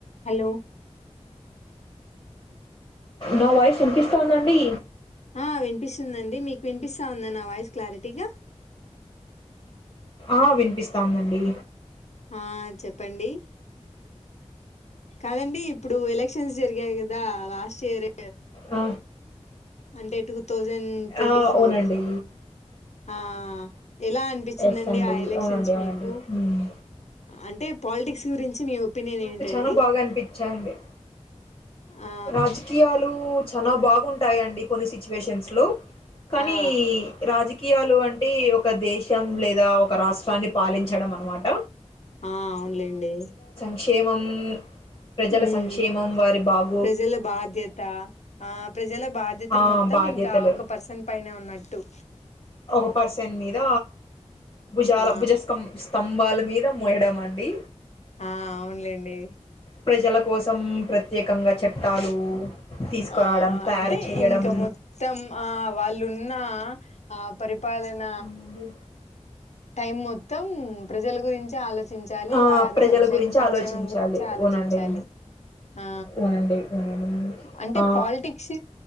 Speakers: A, on the left; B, on the left.
A: Hello
B: నా voice ఎనిపిస్తాందండి
A: ఆ వినిపిస్తుందండి మీకు వినిపిస్తా ఉందా నా వాయిస్ క్లారిటీగా
B: ఆ వినిపిస్తాందండి
A: ఆ చెప్పండి కాదండి ఇప్పుడు ఎలక్షన్స్ జరిగాయి కదా లాస్ట్ ఇయర్
B: ఆ,
A: అంటే టూ థౌజండ్ ట్వంటీ
B: ఆ,
A: ఫోర్
B: అవునండి
A: ఆ ఎలా అనిపించిందండి
B: ఎస్ అండి
A: ఆ ఎలక్షన్స్
B: అవునండి అవునండి
A: మీకు
B: మ్మ్.
A: అంటే పాలిటిక్స్ గురించి మీ ఒపీనియన్
B: నాకు
A: ఏంటండి
B: చాలా బాగా అనిపించాండి
A: ఆ
B: రాజకీయాలు చాల బాగుంటాయంండి కొన్ని సిచ్యువేషన్స్ లో కానీ
A: ఆ
B: రాజి కియాలో అంటే ఒక దేశం లేదా ఒక రాష్ట్రాన్ని పాలించడం అనమాట
A: ఆ అవునులేండి
B: సంక్షేమం ప్రజల
A: ఉమ్
B: సంక్షేమం వారి బాగు
A: ప్రజల బాధ్యత ఆ ప్రజల బాధ్యత
B: ఆ
A: మొత్తం
B: బాధ్యతలు
A: ఇంకా ఒక పర్సన్ పైన ఉన్నట్టు
B: ఒక పర్సన్ మీద భుజాల
A: ఆ
B: భుజ స్ం స్తంభాల మీద మోయడం అండి
A: ఆ అవునులేండి
B: ప్రజల కోసం ప్ర ప్రత్యేకంగా చట్టాలు తీసుకురావడం
A: ఆ
B: తయారు
A: అంటే
B: చేయడం
A: ఇంకా మొత్తం ఆ వాళ్ళున్న ఆ పరి పాలన
B: అవునండి
A: టైం మొత్తం ప్రజల గురించి ఆలోచించాలి
B: ఆ
A: వారు
B: ప్రజల
A: సంక్షే
B: గురించి
A: సంక్షేమం
B: ఆలోచించాలి
A: గురించి ఆలోచించాలి
B: అవునండి
A: ఆ
B: అవునండి అవునండి
A: అంటే
B: ఆ
A: పాలిటిక్స్